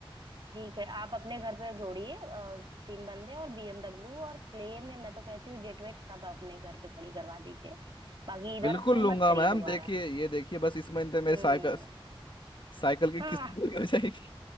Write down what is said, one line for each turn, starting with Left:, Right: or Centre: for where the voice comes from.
Right: ठीक है आप अपने घर पे जोड़िए अ, तीन बंदे और बीएमडब्ल्यू और प्लेन मैं तो कहती हूँ जेट वेट सब अपने घर पे खड़ी करवा दीजिए बाकी इधर
Left: बिल्कुल
Right: फोन
Left: लूंगा
Right: मत करिए
Left: मैम
Right: दोबारा
Left: देखिए ये देखिए बस इस महीने मेरे
Right: हम्म
Left: साइकिल साइकिल की
Right: <laughs> हाँ
Left: किस्त पूरी हो जाएगी